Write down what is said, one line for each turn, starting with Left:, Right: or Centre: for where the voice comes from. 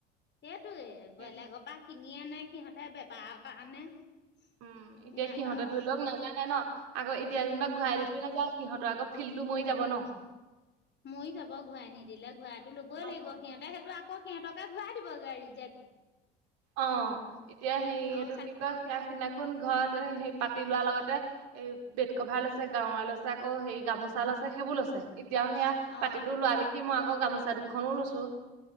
Left: সেইটোয়ে
Right: সেইটোৱে।
Left: বেলেগৰ পৰা কিনিয়ে আনে সিহঁতে বেপাৰৰ কাৰণে। সিয়াত
Right: উম, এতিয়া সিহঁতে
Left: আও
Right: ধৰি লওক নাজানে ন আকৌ এতিয়া যেনিবা ঘূৰাই দিথৈ নাযায় সিহঁতৰ আকৌ ফিলটো ময়ি যাব ন।
Left: ময়ি যাব ঘূৰাই নিদিলে ঘূৰাইটো লবই
Right: অ',
Left: লাগিব, সিহঁতে সেইটো আকৌ সিহঁতকে ঘূৰাই দিব গে ৰিজেক।
Right: অ এতিয়া সেই
Left: আৰু
Right: এইটো
Left: চাক
Right: কি কয় সেয়া সিনাখন ঘৰত এ সেই পাতি লোৱা লগতে এই বেড কভাৰ লৈছে গাঁৱা লৈছে আকৌ হেৰি গামোচা লৈছে সেইবোৰ লৈছে। এতিয়াও সেয়া
Left: অঁ
Right: পাতিটো লোৱা দেখি মই আকৌ গামোচা দুখনো লৈছো।